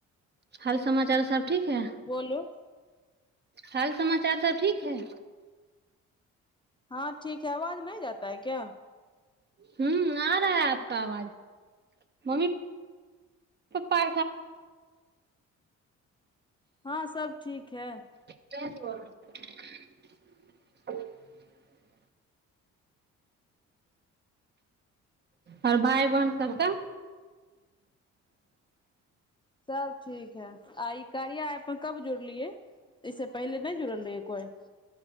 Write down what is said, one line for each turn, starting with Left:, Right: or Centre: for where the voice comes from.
Right: हाल समाचार सब ठीक है
Left: बोलू
Right: हाल समाचार सब ठीक है
Left: हँ ठीक है आवाज नहि जाता है क्या
Right: हुँ आ रहा है आपक आवाज मम्मी प्पा
Left: हँ सब ठीक है
Right: क <inaudible> आओर भाय बहिन सबके
Left: सब ठीक है आ ई कारिया मे कब जुड़लियै इे पहिले नहि जुड़ल रहहियै कोइ